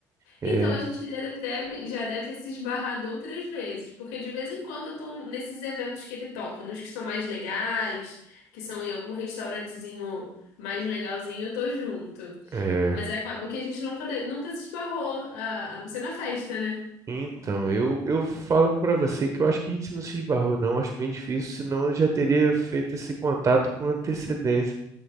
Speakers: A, on the right; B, on the left.
A: é,
B: Então, a gente já deve, deve- já deve ter se esbarrado outras vezes, porque de vez em quando eu tô nesses eventos que ele toca, nos que são mais legais, que são em algum restaurantezinho mais legalzinho, eu tô junto.
A: É,
B: Mas acabou que a gente nunca, de- nunca se esbarrou, a, a não ser na festa, né?
A: então, eu, eu falo pra você que eu acho que a gente não se esbarrou, não. Acho bem difícil, senão eu já teria feito esse contato com antecedência.